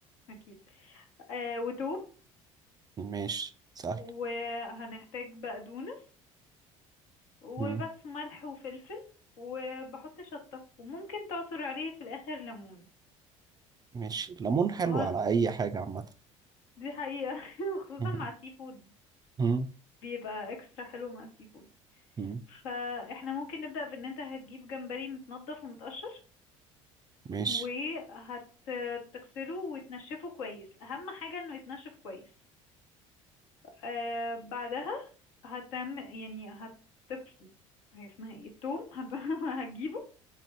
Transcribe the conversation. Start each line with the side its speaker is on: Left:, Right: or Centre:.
Left: اكيد آه وتوم
Right: ماشي سهل
Left: وهنحتاج بقدونس وبس
Right: مم.
Left: ملح وفلفل وبحط شطة وممكن تعصر عليه في الآخر ليمون
Right: ماشي ليمون حلو
Left: هو
Right: على أي حاجة عامة
Left: دي حقيقة <laughs> وخصوصا
Right: مم.
Left: مع السي فود
Right: مم.
Left: بيبقى اكسترا حلو مع السي فود
Right: مم.
Left: فاحنا ممكن نبدأ بان انت هتجيب جمبري متنضف ومتقشر
Right: ماشي
Left: وهتغسله وتنشفه كويس اهم حاجة انه يتنشف كويس آه بعدها هتعمل يعني هتب هي اسمها ايه التوم <laughs> هت- هتجيبه